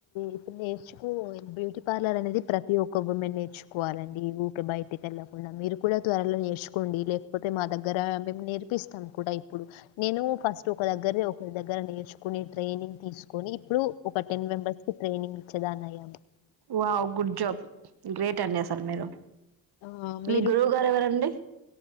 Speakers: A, on the left (about 70°); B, on the right (about 50°).
A: ఇప్పుడు నేర్చుకో బ్యూటి పార్లర్ అనేది ప్రతి ఒక్క ఉమెన్ నేర్చుకోవాలండి ఊరికె బయటికి వెళ్ళకుండా మీరు కూడా త్వరలొ నేర్చుకోండి లేకపోతె మా దగ్గర మేము నేర్పిస్తాం కూడ ఇప్ ఇప్పుడు నేను ఫస్ట్ ఒక దగ్గరే ఒక దగ్గర నేర్చుకుని ట్రైనింగ్ తీసుకొని ఇప్పుడు ఒక టెన్ మెంబర్స్ కి ట్రైనింగ్ ఇచ్చేదాని అయ్యను
B: వావ్ గుడ్ జాబ్ గ్రేట్ అండి అస్సల్ మీరు
A: ఆ మీరు
B: మీ గురువు గారు ఎవరండి